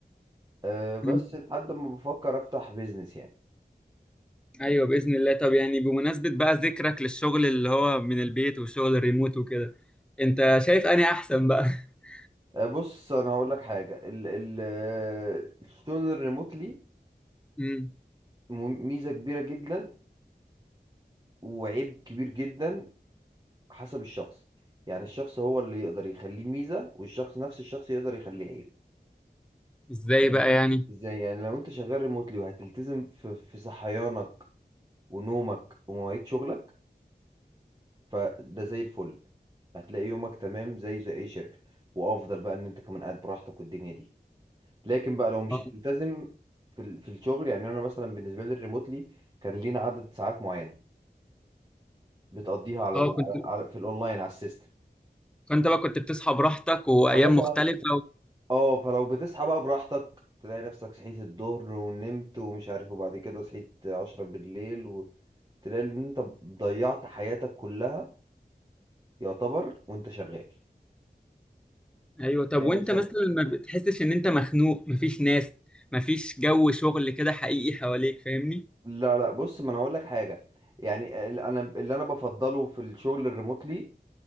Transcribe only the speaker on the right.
أه بس
لحد ما بفكر افتح بيزنس يعني
أه بص انا هقول لك حاجه ال ال آه، الشغل الريموتلي
م- ميزه كبيره جدا وعيب كبير جدا حسب الشخص يعني الشخص هو اللي يقدر يخليه ميزه والشخص نفس الشخص يقدر يخليه عيب
يعني
ازاي يعني لو انت شغال ريموتلي وهتلتزم في في صحيانك ونومك ومواعيد شغلك فده زي الفل هتلاقي يومك تمام زي زي اي شركة وافضل بقى ان انت كمان قاعد براحتك والدنيا دي لكن بقى لو مش
هتلتزم في ال- في الشغل يعني انا مثلا بالنسبة لي الريموتلي كان لينا عدد ساعات معينة بتقضيها على,
ال...
على على- في الاونلاين على السيستم
فمثلا
اه فلو بتصحى بقى براحتك تلاقي نفسك صحيت الظهر ونمت ومش عارف وبعد كده صحيت عشرة بالليل تلاقي ان انت ضيعت حياتك كلها يعتبر وانت شغال
تلاقي
نفسك
لا لا بص ما انا هقول لك حاجه يعني ال- انا اللي انا بفضله في الشغل الريموتلي